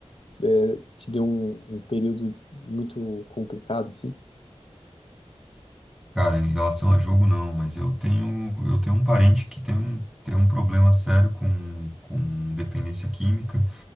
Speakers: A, on the left (about 50°); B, in the centre.
A: é, te deu um, um período muito complicado assim?
B: Cara, em relação a jogo, não, mas eu tenho, eu tenho um parente que tem um, tem um problema sério com, com dependência química,